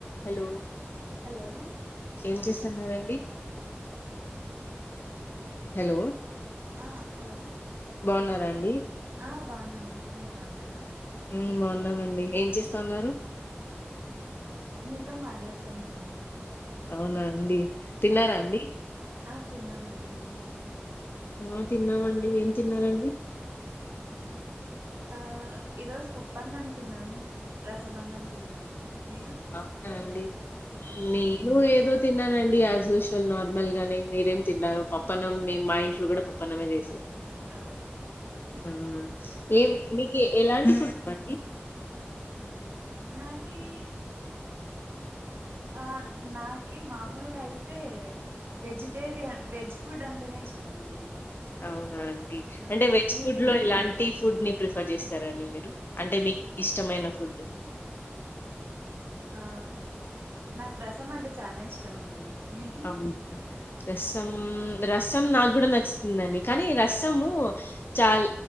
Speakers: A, on the left; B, on the right.
A: Hello
B: hello
A: ఏం చేస్తున్నారన్ డి హలో
B: ఆ హలో
A: బాగున్నారా అండి
B: ఆ బాగున్నామండి మీరు బాగున్నారా
A: ఉమ్ బాగున్నామండి ఏం చేస్తా ఉన్నారు
B: మీతో మాట్లాడుతున్నామండి
A: అవునా అండి తిన్నారా అండి
B: ఆ తిన్నామండి మీరండి
A: ఆ తిన్నామండి ఏం తిన్నారండి.
B: ఆ ఈరోజు పప్పన్నం తిన్నాము. రసమన్నం తిన్నాము. మీరు
A: అవునా అండి నేను ఏదో తిన్నానండి యాస్ యూజువల్ నార్మల్ గానే మీరేం తిన్నారు. పప్పనం మా ఇంట్లో కూడా పప్పనమే చేసారు.
B: ఓ
A: అవునా
B: ఆ
A: ఏం మీకు ఎలాంటి మండి
B: నాకి ఆ నాకి మామూలుగా అయితే వెజిటేరియన్ వెజ్ ఫుడ్ అంటేనే ఇష్టమ అండి.
A: అవునా అండి
B: ఆ
A: అంటే వెజ్
B: మీకం
A: ఫుడ్ లో ఇలాంటి ఫుడ్ ప్రిఫ్ పర్ చేస్తారండి మీరు అంటే మీకు ఇష్టమైన ఫుడ్
B: ఆ నాకు రసం అంటే చానా ఇష్టం అండి. మీకి
A: అవు రసం రసం నాకు కూడా నచ్చుతుందండి. కానీ రసము చాల